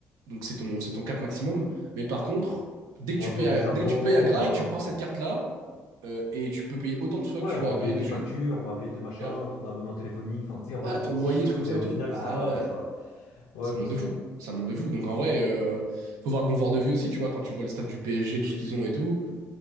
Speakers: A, on the right; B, on the left.
A: donc c'est ton c'est ton cap maximum. Mais par contre, dès que
B: On
A: tu
B: va
A: payes
B: payer
A: à,
B: tes impôts,
A: dès que tu payes à Grail,
B: on va faire
A: tu
B: un
A: prends
B: peu.
A: cette
B: un-
A: carte là et tu peux payer autant de fois
B: Ouais,
A: que tu
B: on
A: veux à
B: va
A: Grail
B: payer
A: dessus.
B: tes factures, on va payer tes machins,
A: Et hop,
B: ton abonnement téléphonique. Enfin, tu sais, en
A: ouais
B: fait, c'est des
A: ton
B: petits
A: loyer
B: chiffres,
A: truc comme
B: mais
A: ça
B: au
A: et tout.
B: final,
A: Bah
B: ça,
A: ouais,
B: ça. Ouais,
A: Ça
B: forcément.
A: monte de fou, ça monte de fou. Donc en vrai, euh, faut voir le confort de vie aussi, tu vois, quand tu vois le staff du PSG, tout ce qu'ils ont et tout,